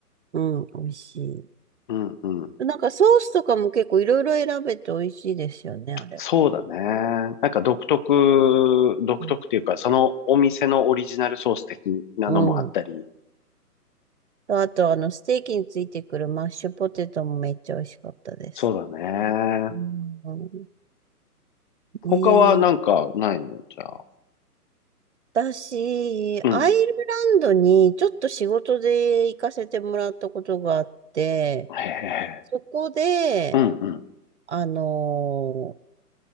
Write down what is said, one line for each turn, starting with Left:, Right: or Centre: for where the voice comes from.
Right: うん、うん、美味しい。
Left: うんうん。
Right: なんかソースとかも結構いろいろ選べて美味しいですよね、あれ。
Left: そうだね。なんか独特、独特っていうか、
Right: う
Left: そのお店のオリジナルソース的なのもあったり。
Right: ん。うんあと、あの、ステーキについてくるマッシュポテトもめっちゃ美味しかったです。
Left: そうだね。
Right: うん。
Left: 他はなんかないのじゃあ。
Right: ねえ。私、
Left: うん。
Right: アイルランドにちょっと仕事で行かせてもらったことがあって、
Left: へえ。
Right: そこで、
Left: うんうん。
Right: あの、